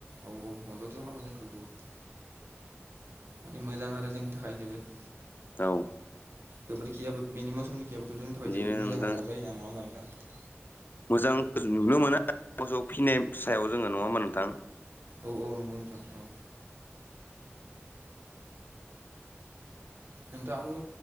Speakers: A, on the right; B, on the left.
A: औ औ मदद खालामो जोंखौ बहुद। माने मोजां आरो जोंनि थाखाय जोबोद।
B: औ।
A: गोबोरखियाबो बेनि मोसौनि खियाबोथ' जोंनि थाखाय
B: बिदिनो
A: जोबोद
B: नोंथां
A: मोजां हासार जायोना नङा होमब्ला नोंथां।
B: मोजां <unintelligible> नुनो मोना। थ' फिसिनाय सायाव जोङो नङाहोनबा नोंथां।
A: औ-औ नंगौ नोंथां औ। नोंथाङाबो